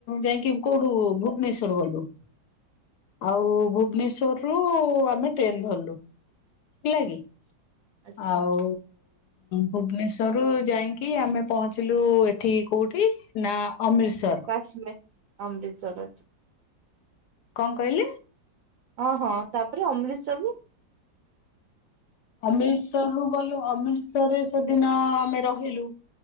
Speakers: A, on the left; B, on the right.
A: ଯାଇକି କୋଉଠୁ ଭୁବନେଶ୍ୱରରୁ ଗଲୁ। ଆଉ ଭୁବନେଶ୍ଵରରୁ ଆମେ ଟ୍ରେନ ଧରିଲୁ ହେଲା କିି।
B: ଆଚ୍ଛା
A: ଆଉ। ଭୁବନେଶ୍ୱରରୁ ଯାଇକି ଆମେ ପହଞ୍ଚିଲୁ ଏଠି କୋଉଠି ନା ଅମୃତସର।
B: କାଶ୍ମୀର ଅମୃତସର ପାଖେ।
A: କଣ କହିଲେ?
B: ଓଁ ହଁ ତାପରେ ଅମୃତସରରୁୁ?
A: ଅମୃତସରରୁୁ ଗଲୁ ଅମୃତସରରେ ସେଦିନ ଆମେ ରହିଲୁ।